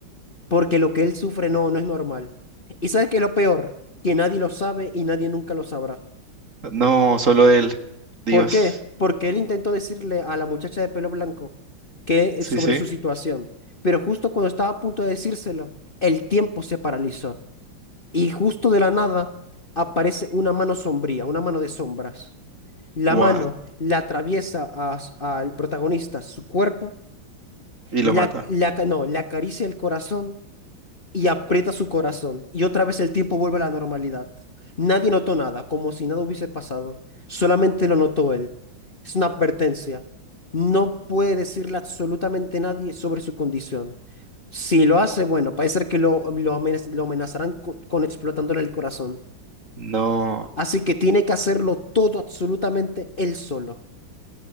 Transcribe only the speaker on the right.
No, solo él. Dios.
Sí,
sí.
What?
Y
lo mata.
No.